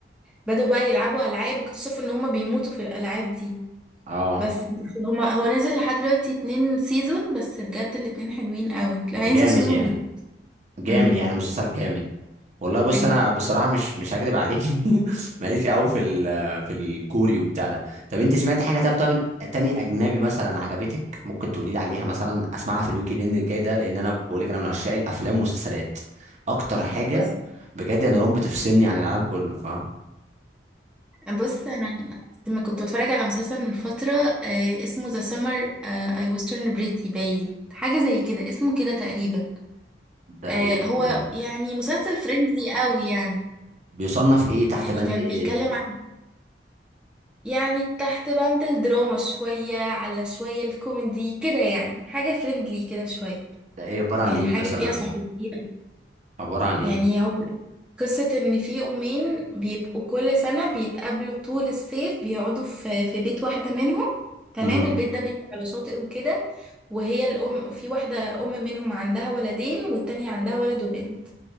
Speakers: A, in the centre; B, on the right.
A: بدأوا بقى يلعبوا ألعاب واكتشفوا ان هما بيموتوا في الألعاب دي
B: اه
A: بس بس هما هو نزل لحد دلوقتي اتنين سيزون بس بجد الاتنين حلوين قوي لا
B: جامد
A: هينزل سيزون
B: يعني
A: جديد
B: جامد
A: امم
B: يعني مسلسل جامد والله بص
A: ايوه
B: انا بصراحه مش مش هكدب عليك <laughs> ماليش قوي في ال- في الكوري وبتاع ده طب انت سمعت حاجه طب طب تاني اجنبي مثلا عجبتك ممكن تقولي لي عليها مثلا اسمعها في الويك اند الجاي ده لان انا بقول لك انا من عشاق الافلام والمسلسلات اكتر حاجه
A: بص
B: بجد يا نوران بتفصلني عن العالم كله فاهم
A: بص انا لما كنت بتفرج على مسلسل من فترة آه اسمه ذا سمر اي وسترن بريتي باين حاجة زي كده اسمه كده تقريبا
B: ده
A: آه
B: ايه
A: هو
B: ده؟
A: يعني مسلسل فريندلي قوي يعني
B: بيصنف ايه تحت
A: يعني
B: بند
A: كان
B: ايه
A: بيتكلم عن يعني تحت بند الدراما شوية على شوية الكوميدي كده يعني حاجة فريندلي كده شوية
B: ده ايه عباره
A: يعني
B: عن ايه
A: حاجة
B: مثلا
A: فيها صحوبية
B: عباره عن ايه
A: يعني هو قصة إن في أمين بيبقوا كل سنة بيتقابلوا طول الصيف بيقعدوا في في بيت واحدة منهم تمام
B: امم
A: البيت ده بيبقى على شاطئ وكده وهي الأم في واحدة أم منهم عندها ولدين والتانية عندها ولد وبنت